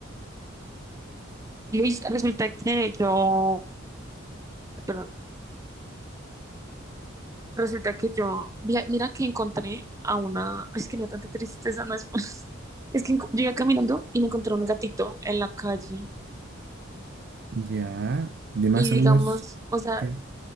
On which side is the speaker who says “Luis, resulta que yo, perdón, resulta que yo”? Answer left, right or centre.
Right